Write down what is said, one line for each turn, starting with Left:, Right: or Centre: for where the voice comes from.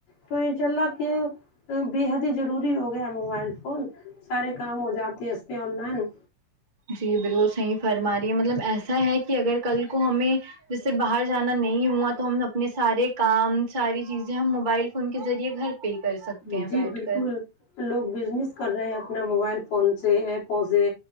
Left: تو ان شاء اللہ کی بیے حد ہی ضروری ہو گیا ہے موبائل فون سارے کام ہو جاتے ہیں اس کے آن لائن
Right: جی بالکل صحیح فرما رہی ہے مطلب ایسا ہے کہ اگر کل کو ہمیں جس سے باہر جانا نہیں ہوا تو ہم اپنے سارے کام ساری چیزیں ہم موبائل فون کے ذریعے گھر پہ ہی کر سکتے
Left: جی
Right: ہیں بیٹھ
Left: بالکل
Right: کر
Left: لوگ بزنس کر رہے ہیں اپنا موبائل فون سے ایپوں سے